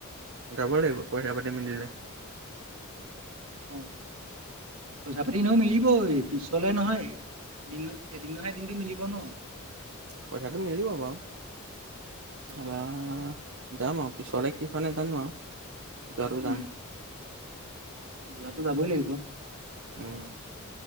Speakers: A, on the right; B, on the right.
A: যাব লাগিব পইচা পাতি মিলিলে। <unintelligible>
B: অ পইচা পাতি এনেও মিলিবই, এই পিছলে নহয় এদিনত নহয় এদিনটো মিলিব ন?
A: পইচাটো মিলিব বাৰু, তাৰপা
B: অ
A: আহ যাম আৰু, পিছলে কি হয় নাজানো আৰু, যোৱাতো
B: উম
A: যাম।
B: যোৱাটো যাবই লাগিব।
A: উম,